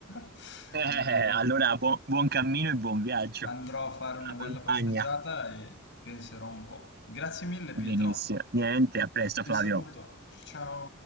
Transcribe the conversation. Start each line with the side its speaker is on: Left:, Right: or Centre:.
Left: <laughs>
Right: Eh,
Left: Quindi...
Right: allora buon buon cammino e buon viaggio.
Left: Andrò a fare
Right: Buona
Left: una bella
Right: montagna.
Left: passeggiata e penserò un po'. Grazie mille, Pietro.
Right: Benissimo. Niente, a presto
Left: Ti
Right: Flavio.
Left: saluto. Ciao.